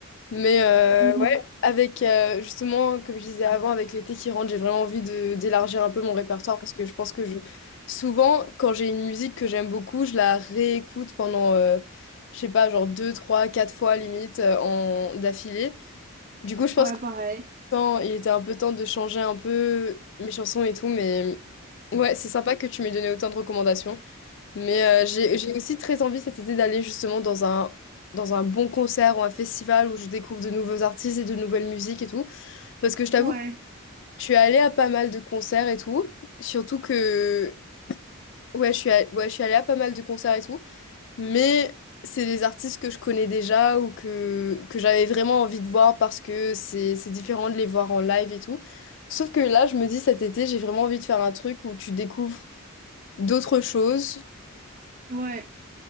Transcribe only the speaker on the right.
Mhm.
Ouais,
pareil.
Ouais,
ouais,